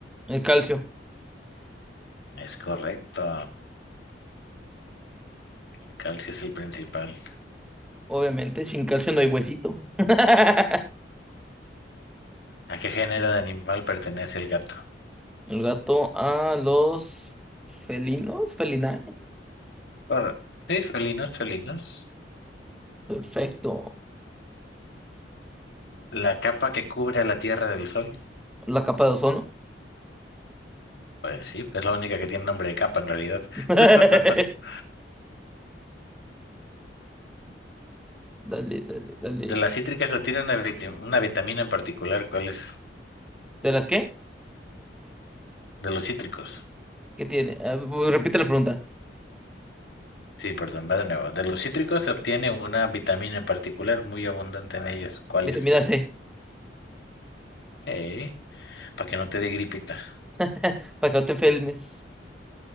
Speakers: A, in the centre; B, on the left (about 70°).
A: El calcio.
B: Es correcto. El calcio es el principal.
A: Obviamente, sin calcio no hay huesito. <laughs>
B: ¿A qué género de animal pertenece el gato?
A: El gato a los felinos, felinae.
B: Por... Sí, felinos, felinos.
A: Perfecto.
B: La capa que cubre a la Tierra del Sol.
A: La capa de ozono.
B: Pues sí, es la única que tiene nombre de capa en realidad.
A: <laughs> Dale,
B: <laughs>
A: dale, dale.
B: De las cítricas o tiene una, vit- una vitamina en particular, ¿cuál es?
A: ¿De las qué?
B: De los cítricos.
A: ¿Qué tiene? Ah, bu- repite la pregunta.
B: Sí, perdón, va de nuevo. De los cítricos se obtiene una vitamina en particular muy abundante en ellos. ¿Cuál
A: Vitamina
B: es?
A: C.
B: Eh, para que no te dé gripita.
A: <laughs> Para que no te enfermes.